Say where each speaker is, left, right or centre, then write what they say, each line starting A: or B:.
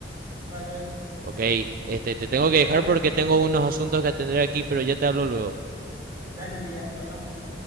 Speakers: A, on the right; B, on the right.
A: vale,
B: Ok, este, te tengo que
A: nos
B: dejar
A: vemos,
B: porque tengo unos asuntos que atender aquí, pero ya te hablo luego.
A: <laughs> dale, ya, hablamos.